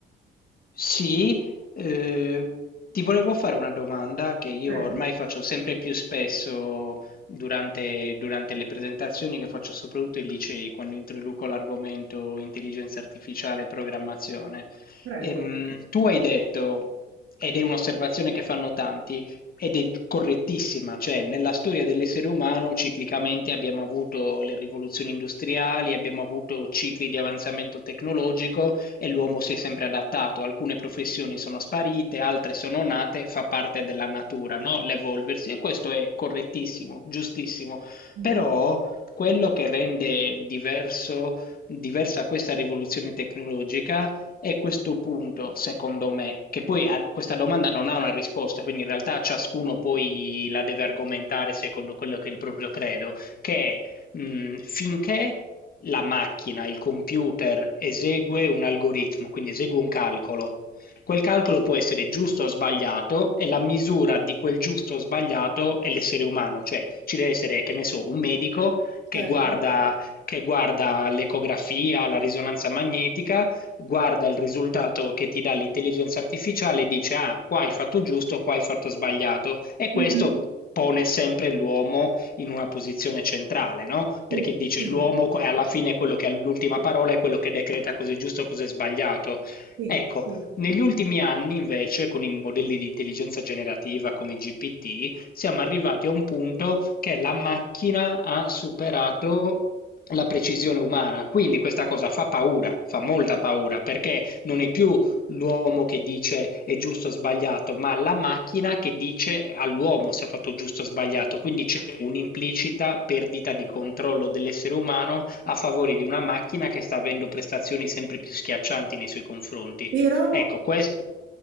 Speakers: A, on the left (about 45°); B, on the right (about 75°).
A: Sì, eh, ti volevo fare una domanda che io
B: Prego,
A: ormai faccio sempre più spesso durante, durante le presentazioni che faccio soprattutto ai licei, quando introduco l'argomento intelligenza artificiale e programmazione.
B: prego.
A: Ehm, tu hai detto, ed è un'osservazione che fanno tanti, ed è correttissima, cioè nella storia dell'essere umano ciclicamente abbiamo avuto le rivoluzioni industriali, abbiamo avuto cicli di avanzamento tecnologico e l'uomo si è sempre adattato, alcune professioni sono sparite, altre sono nate, fa parte della natura, no? L'evolversi e questo è correttissimo, giustissimo,
B: Mhm.
A: però quello che rende diverso, diversa questa rivoluzione tecnologica è questo punto, secondo me, che poi a- questa domanda non ha una risposta, quindi in realtà ciascuno poi la deve argomentare secondo quello che è il proprio credo, che mh, finché la macchina, il computer esegue un algoritmo, quindi esegue un calcolo. Quel calcolo può essere giusto o sbagliato e la misura di quel giusto o sbagliato è l'essere umano, cioè ci deve essere, che ne so, un medico che
B: Certo.
A: guarda, che guarda l'ecografia, la risonanza magnetica, guarda il risultato che ti dà l'intelligenza artificiale e dice ah, qua hai fatto giusto, qua hai fatto sbagliato e
B: Mhm.
A: questo pone sempre l'uomo in una posizione centrale, no? Perché
B: Sì,
A: dice
B: sì,
A: l'uomo è alla fine quello che ha l'ultima parola, è quello che decreta cosa è giusto e cosa è sbagliato.
B: sì,
A: Ecco,
B: sì.
A: negli ultimi anni invece, con i modelli di intelligenza generativa come GPT, siamo arrivati a un punto che la macchina ha superato la precisione umana. Quindi questa cosa fa paura, fa molta paura, perché non è più l'uomo che dice è giusto o sbagliato, ma la macchina che dice all'uomo se ha fatto giusto o sbagliato. Quindi c'è un'implicita perdita di controllo dell'essere umano a favore di una macchina che sta avendo prestazioni sempre più schiaccianti nei suoi confronti.
B: Però,
A: Ecco, questo